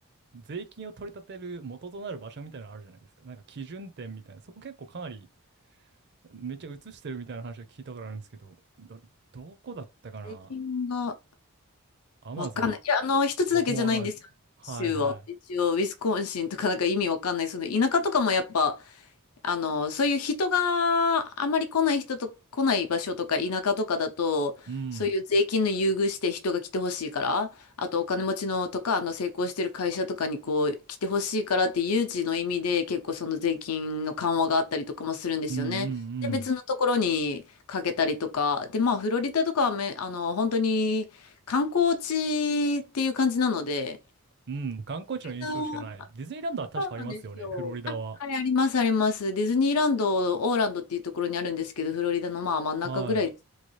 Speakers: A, on the right; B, on the left.
A: 税金を取り立てる元となる場所みたいなのあるじゃないですか。なんか基準点みたいな。そこ結構かなりめっちゃ映してるみたいな話は聞いたことあるんですけど、ど、どこだったかな。
B: 税金が
A: アマゾン、
B: わかんない。いや、あの、一つだけじゃないんですよ、
A: 僕もわかんないです。はいは
B: 州は。一応、ウィスコンシンとかなんか意味わかんない。その田舎とかもやっぱ、あの、そういう人があまり来ない人と来ない場所とか田舎とかだと、
A: い。うん。
B: そういう税金の優遇して人が来てほしいから、あとお金持ちのとか、あの成功してる会社とかにこう来てほしいからっていう誘致の意味で結構その税金の緩和があったりとかもするんですよね。
A: うんうんう
B: で、別のところにかけたりとか、
A: ん。
B: で、まあフロリダとかはめ、あの、本当に観光地っていう感じなので、
A: うん、観光地の印象しかない。
B: みんな
A: ディズニーランドは確かありますよね、
B: そうなんですよ。
A: フロリダは。
B: あ、はい、あります、あります。ディズニーランド、オーランドっていうところにあるんですけど、フロリダのまあ真ん中ぐらいです。
A: は